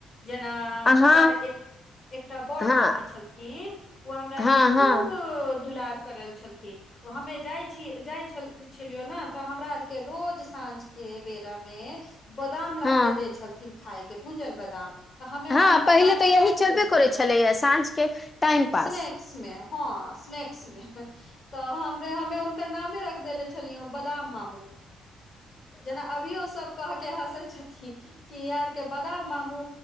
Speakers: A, on the left; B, on the left.
A: जेना
B: अहाँ
A: हमरा अर एक। एकटा बड़
B: हँ
A: मामा छलथिन, ओ हमरा
B: हँ
A: आर के खूब
B: हँ
A: दुलार। करल छलथिन, ओ हमे जाइ, जाइ छलियो ने तऽ हमरा आरके रोज साँझ। के बेला में बादाम ला
B: हँ
A: के देै छलथिन खायके, भूजल बादाम। तऽ हमने हुनकर
B: हँ पहिले
A: नामे
B: तऽ
A: रखि
B: यही चलबे
A: देलियौं
B: करै छलैए साँझके टाइम पास
A: स्नेक। में हँ स्नैक्स में। तऽ हमने हमे हुनकर नामे रख देले छलियै बदाम मामू। जेना अभियो सभ कहके हँसै छथिन। कि आरके बदाम मामू